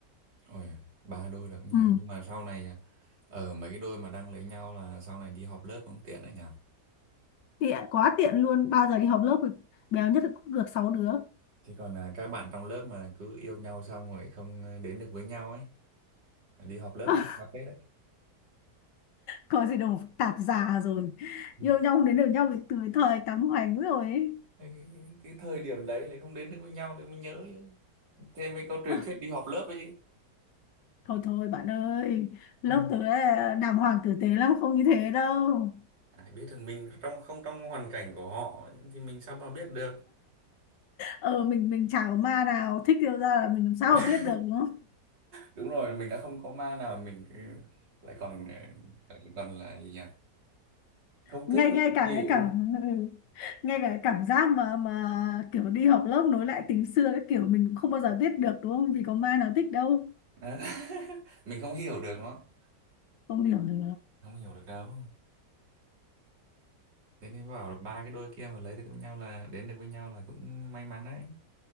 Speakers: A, on the right; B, on the left.
A: Ôi ba đôi là cũng nhiều
B: ừ.
A: nhưng mà sau này à, ở mấy cái đôi mà đang lấy nhau là sau này đi họp lớp cũng tiện đấy nhỉ
B: tiện quá tiện luôn bao giờ đi họp lớp thì béo nhất là cũng được sáu đứa
A: chứ còn là các bạn trong lớp mà cứ yêu nhau xong rồi không ờ, đến được với nhau ấy đi họp lớp
B: <laughs>
A: cũng phức tạp phết đấy
B: có gì đâu tạp già rồi
A: ừ.
B: yêu nhau đến được nhau từ thời tắm hoành rồi ấy.
A: cái, cái, cái cái thời điểm đấy lại không đến được với nhau thì mình nhớ chứ thế mới có truyền
B: Ờ,
A: thuyết đi họp lớp ấy
B: thôi thôi bạn ơi lớp
A: chứ
B: tớ là đàng hoàng tử tế lắm không như thế đâu
A: ai biết được mình trong không trong hoàn cảnh của họ thì mình sao mà biết được
B: ờ mình mình chả có ma nào thích yêu ra là mình làm sao
A: <laughs>
B: mà biết được đúng không
A: đúng rồi mình đã không có ma nào mình ừ, lại còn ừ, lại còn là gì nhỉ không
B: ngay
A: thích nữa
B: ngay
A: thì
B: cả
A: chịu
B: cái cảm ừ, ngay cả cái cảm giác mà mà kiểu đi học lớp nối lại tình xưa cái kiểu mình cũng không bao giờ biết được đúng không vì có ma nào thích đâu
A: Đó. <laughs> mình không hiểu được nó
B: không hiểu được
A: không hiểu được đâu thế nên bảo là ba cái đôi kia mà lấy được với nhau là đến được với nhau là cũng may mắn đấy